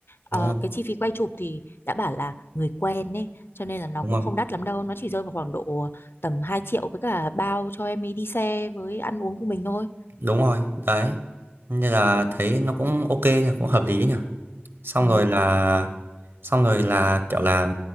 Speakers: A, on the left; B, on the right.
A: Ờ,
B: đúng rồi,
A: cái chi phí quay chụp thì đã bảo là người quen ấy cho nên là nó
B: đúng
A: cũng
B: rồi,
A: không đắt lắm đâu nó chỉ rơi vào khoảng độ tầm 2 triệu với cả bao cho em ấy đi xe với ăn uống của mình thôi
B: đúng rồi, đấy. Nên là thấy nó cũng ok nhỉ, cũng hợp lý nhỉ. Xong
A: ừ.
B: rồi là, xong rồi là kiểu là